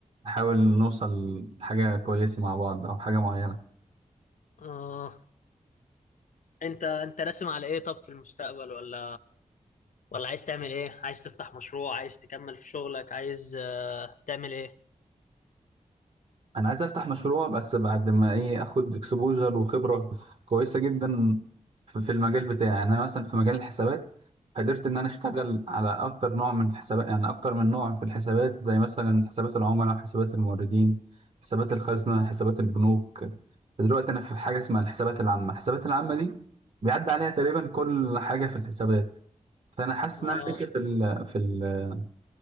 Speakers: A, on the right (about 55°); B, on the left (about 85°).
A: نحاول نوصل لحاجه كويسه مع بعض او حاجه معينه
B: اه انت انت راسم على ايه طب في المستقبل ولا ولا عايز تعمل ايه عايز تفتح مشروع عايز تكمل في شغلك عايز آه، تعمل ايه
A: انا عايز افتح مشروع بس بعد ما ايه اخد اكسبوجر وخبره كويسه جدا في في المجال بتاعي يعني انا مثلا في مجال الحسابات قدرت ان انا اشتغل على اكتر نوع من الحسابات يعني اكتر من نوع في الحسابات زي مثلا حسابات العملاء حسابات الموردين حسابات الخزنه حسابات البنوك دلوقتي انا في حاجه اسمها الحسابات العامه الحسابات العامه دي بيعدي عليها تقريبا كل حاجه في الحسابات فانا حاسس
B: اه
A: ان انا ماشي في ال في ال